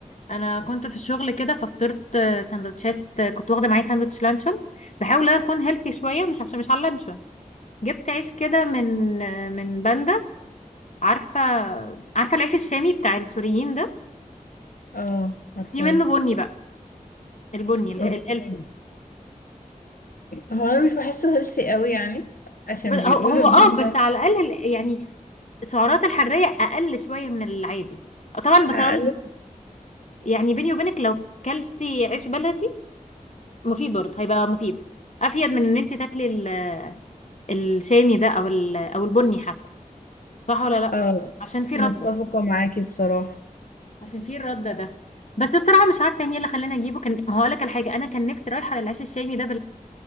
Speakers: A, on the left (about 55°); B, on the left (about 85°).
A: انا كنت في الشغل كده ففطرت آه، سندوتشات آه، كنت واخدة معايا سندوتش لانشون بحاول ان انا اكون هيلثي شوية مش عشان مش على اللانشون جبت عيش كده من آه، من باندا عارفة عارفة العيش الشامي بتاع السوريين ده
B: اه عارفاه
A: في منه بني بقى البني اله-
B: اوكي
A: الهيلثي
B: هو انا مش بحسه هيلثي قوي يعني عشان
A: ب- هو
B: بيقولوا
A: هو
B: ان
A: اه بس
B: هم
A: على الاقل ال- يعني السعرات الحراريه اقل شويه من العادي آه، طبعا بتقول
B: اقلل
A: يعني بيني وبينك لو كلتي عيش بلدي مفيد برضه هيبقى مفيد افيد من ان انت تاكلي ال- الشامي ده او ال- او البني حتى صح ولا لا
B: اه
A: عشان في
B: متفقه
A: رده
B: معاكي بصراحه
A: عشان في الرده ده بس بصراحه مش عارفه يعني ايه اللي خلاني اجيبه كان هقول لك الحاجه انا كان نفسي رايحه للعيش الشامي ده